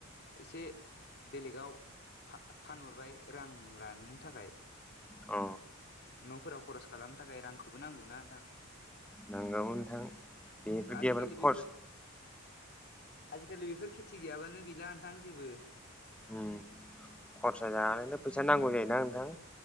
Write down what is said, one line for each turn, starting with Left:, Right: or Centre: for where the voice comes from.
Left: एसे बेलेगाव फा फानहरबाय रां लानो थाखाय
Centre: अ।
Left: न'फोराव खरस खालामनो थाखाय रांखौबो नांगौना नोंथां।
Centre: नांगौमोन नोंथां बेफोर
Left: आजिखालि
Centre: गैयाबानो खर्स
Left: बेफोर आजिखालि बेफोर खेथि गैयाबानो गैला नोंथां जेबो।
Centre: उम खरसा जानायनि फैसा नांगौ जायोना नोंथां।